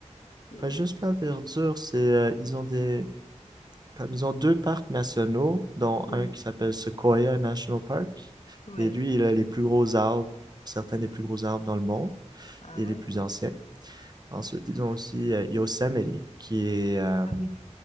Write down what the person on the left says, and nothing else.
les,
Mm.
ouais,
ah
ouais.
Ah oui.